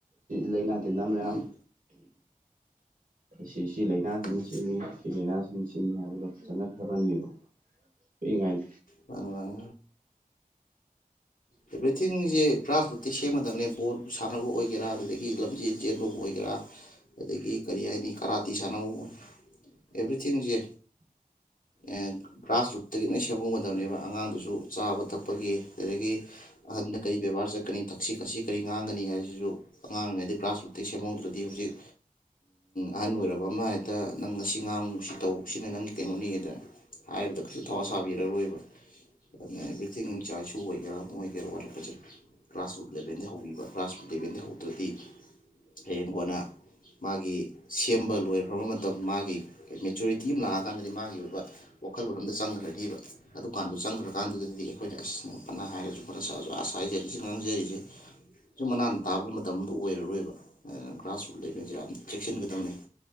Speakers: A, on the right; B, on the left.
A: ꯂꯩꯥꯏꯅꯥ ꯇꯤꯟꯅꯥ ꯃꯌꯥꯝ
B: ꯎꯝ
A: ꯑꯁꯤ ꯁꯤ ꯂꯥꯏꯅꯥꯁꯤꯅ
B: ꯎꯝ
A: ꯁꯤꯅꯤ ꯑꯩ ꯂꯥꯏꯅꯥꯁꯤꯡ ꯁꯤꯅꯤ ꯍꯥꯏꯕꯗꯣ ꯐꯖꯅ ꯈꯪꯍꯟꯕꯤꯌꯣ ꯄꯤꯛꯑꫯꯉꯥꯏ
B: ꯃꯥꯅꯦ ꯃꯥꯅꯦ ꯑꯦꯕ꯭ꯔꯤꯊꯤꯡꯁꯦ ꯒ꯭ꯔꯥꯁꯋꯨꯠꯇꯤ ꯁꯦꯝꯒꯗꯕꯅꯦ ꯕꯣꯜꯕꯨ ꯁꯥꯟꯅꯕ ꯑꯣꯏꯒꯦꯔꯥ ꯑꯗꯨꯗꯒꯤ ꯂꯝꯖꯦꯜ ꯆꯦꯟꯕꯕꯨ ꯑꯣꯏꯒꯦꯔꯥ ꯑꯗꯒꯤ ꯀꯔꯤ ꯍꯥꯏꯅꯤ ꯀꯔꯥꯇꯤ ꯁꯥꯟꯅꯕ ꯑꯦꯕ꯭ꯔꯤꯊꯤꯡꯁꯦ ꯑꯦ ꯒ꯭ꯔꯥꯁꯔꯨꯠꯇꯒꯤ ꯂꯣꯏ ꯁꯦꯝꯍꯧꯒꯗꯕꯅꯦꯕ ꯑꯉꯥꯡꯗꯨꯁꯨ ꯆꯥꯕ ꯊꯛꯄꯒꯤ ꯑꯗꯨꯗꯒꯤ ꯑꯍꯟꯗ ꯀꯔꯤ ꯕꯦꯕꯥꯔ ꯆꯠꯀꯅꯤ ꯊꯛꯁꯤ ꯈꯥꯁꯤ ꯀꯔꯤ ꯉꯥꯡꯒꯅꯤ ꯍꯥꯏꯕꯁꯤꯁꯨ ꯑꯉꯥꯡꯑꫭꯏꯔꯤ ꯉꯩꯗꯒꯤ ꯀ꯭ꯂꯥꯁ ꯔꯨꯠꯇꯒꯤ ꯁꯦꯝꯍꯧꯗ꯭ꯔꯗꯤ ꯍꯧꯖꯤꯛ ꯑꯍꯟ ꯑꯣꯏꯔꯕ ꯑꯃ ꯍꯦꯛꯇ ꯅꯪ ꯉꯁꯤ ꯉꯥꯡꯉꯨ ꯁꯤ ꯇꯧ ꯁꯤꯅ ꯅꯪꯒꯤ ꯀꯩꯅꯣꯅꯤꯗꯅ ꯍꯥꯏꯕꯗ ꯀꯩꯁꯨ ꯊꯋꯥ ꯁꯥꯕꯤꯔꯔꯣꯏꯕ ꯑꯗꯨꯅ ꯑꯦꯚ꯭ꯔꯤꯊꯤꯡ ꯏꯆꯥ ꯏꯁꯨ ꯑꯣꯏꯒꯦꯔꯥ ꯃ ꯑꯣꯏꯒꯦꯔꯥ ꯋꯥꯔꯛꯄꯁꯦ ꯒꯥꯁꯔꯨꯠ ꯂꯦꯚꯦꯟꯗꯩ ꯍꯧꯕꯤꯕ ꯒ꯭ꯔꯥꯁ ꯔꯨꯠ ꯂꯦꯚꯦꯟꯗꯩ ꯍꯧꯗ꯭ꯔꯗꯤ ꯍꯌꯦꯡ ꯀꯣꯟꯅ ꯃꯥꯒꯤ ꯁꯦꯝꯕ ꯂꯣꯏꯈ꯭ꯔꯕ ꯃꯇꯝ ꯃꯥꯒꯤ ꯃꯦꯆꯨꯔꯤꯇꯤ ꯑꯃ ꯂꯥꯛꯑꯀꯥꯟꯗꯗꯤ ꯃꯥꯒꯤ ꯑꯣꯏꯕ ꯋꯥꯈꯜꯂꯣꯟ ꯑꯝꯇ ꯆꯪꯈ꯭ꯔꯅꯦꯕ ꯑꯗꯨꯀꯥꯟꯗꯁꯨ ꯆꯪꯈ꯭ꯔꯀꯥꯟꯗꯨꯗꯗꯤ ꯑꯩꯈꯣꯏꯗ ꯑꯁ ꯐꯅ ꯍꯥꯏꯔꯁꯨ ꯑꯩꯈꯣꯏꯅ ꯁꯥꯁꯨ ꯑꯥꯁ ꯍꯥꯏꯖꯔꯤꯁꯦ ꯉꯥꯡꯖꯔꯤꯁꯦ ꯁꯨꯝ ꯃꯅꯥꯟ ꯇꯥꯕ ꯃꯇꯝꯗ ꯑꯣꯏꯔꯔꯣꯏꯕ ꯒ꯭ꯔꯥꯁꯔꯨꯠ ꯂꯦꯚꯦꯜꯁꯦ ꯌꯥꯝ ꯆꯦꯛꯁꯤꯟꯒꯗꯕꯅꯤ